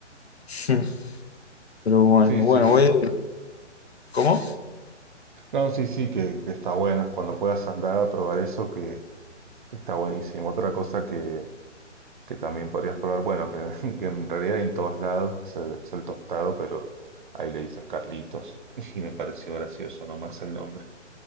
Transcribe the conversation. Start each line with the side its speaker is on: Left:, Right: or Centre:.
Left: <laughs> Pero bueno,
Right: Sí, sí.
Left: bueno, voy. ¿Cómo?
Right: No, sí, sí, que, que está bueno. Cuando puedas andar a probar eso, que, que está buenísimo. Otra cosa que, que también podrías probar, bueno, que, <laughs> que en realidad hay en todos lados es el, es el tostado, pero ahí le dicen Carlitos <laughs> y me pareció gracioso nomás el nombre.